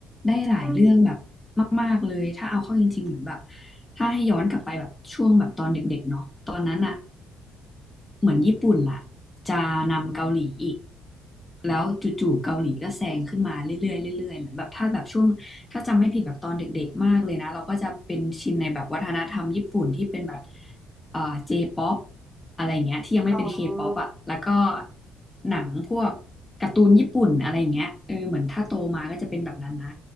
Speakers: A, on the left (about 20°); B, on the right (about 20°).
A: ได้หลายเรื่องแบบ
B: ใช่
A: มากๆเลยถ้าเอาเข้าจริงๆเหมือนแบบถ้าให้ย้อนกลับไปแบบช่วงแบบตอนเด็กๆเนาะตอนนั้นอะ เหมือนญี่ปุ่นอ่ะจะนำเกาหลีอีกแล้วจู่ๆเกาหลีก็แซงขึ้นมาเรื่อยๆเรื่อยๆเหมือนแบบถ้าแบบช่วงถ้าจำไม่ผิดแบบตอนเด็กๆมากเลยนะเราก็จะเป็นชินในแบบวัฒนธรรมญี่ปุ่นที่เป็นแบบเอ่อเจป๊อปอะไรอย่างเงี้ยที่ยังไม่เป็นเคป๊อปอ่ะแล้วก็
B: อ๋อ
A: หนังพวกการ์ตูนญี่ปุ่นอะไรอย่างเงี้ยเออเหมือนถ้าโตมาก็จะเป็นแบบนั้นนะ